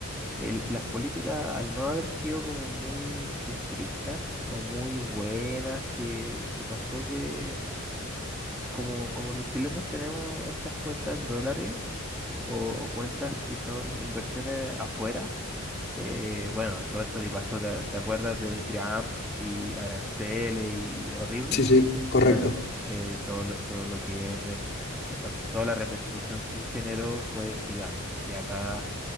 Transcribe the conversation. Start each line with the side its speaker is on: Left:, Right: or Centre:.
Centre: el- las políticas al no haber sido como muy estrictas o muy buenas, que, que pasó que como, como los chilenos tenemos estas cuentas en dólares o, o cuentas que son inversiones afuera eh, bueno, todo esto que pasó, ¿te, te acuerdas de Trump y aranceles y horrible?
Left: Sí, sí, correcto.
Centre: Bueno, eh, todo lo, todo lo que, re- o sea, toda la repercusión que generó fue gigante. Y acá